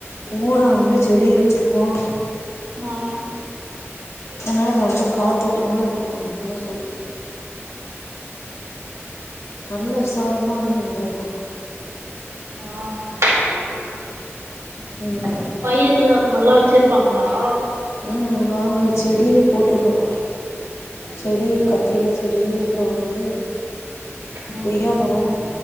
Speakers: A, on the left; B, on the right.
A: ஊரா வந்து செடி வச்சிருக்கோம்
B: உம் <unintelligible>
A: அதனால நல்ல காத்தோட்டமா இருக்கும் அதுக்காக சொல்றேன் நல்ல விசாரமான்னு இடம் இருக்கும்
B: உம் <unintelligible>
A: அதனால
B: பயிர் அந்த மாதிரிலாம் வச் வச்சிருப்பாங்களா
A: உம் நாங்க செடியிலம் போட்டிருக்கோம்கா செடி கத்திரிக்காய் செடி அப்புறம் வந்து
B: ம்
A: கொய்யா மரம்